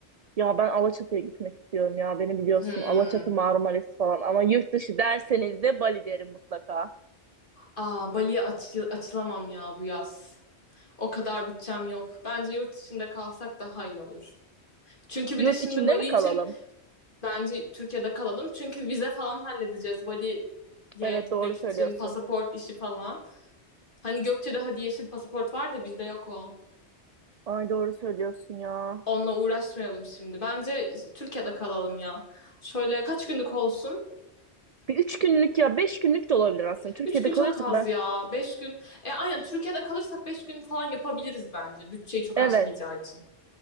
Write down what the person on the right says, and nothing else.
Ya ben Alaçatı'ya gitmek istiyorum ya. Beni biliyorsun
Alaçatı, Marmaris falan. Ama yurt dışı derseniz de Bali derim mutlaka.
Yurt
içinde
mi kalalım?
Evet
doğru söylüyorsun.
Ay doğru söylüyorsun ya.
Bir üç günlük ya beş günlük de olabilir aslında. Türkiye'de
kalıyorsak
ben.
Evet.